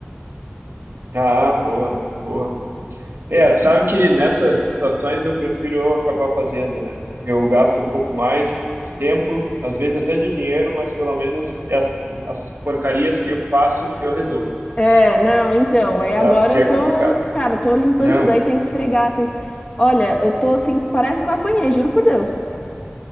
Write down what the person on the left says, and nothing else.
É, não, então, aí agora
eu
tô,
cara, tô limpando
tudo, aí tem que esfregar, tem... Olha, eu tô assim, parece que eu apanhei, juro por Deus.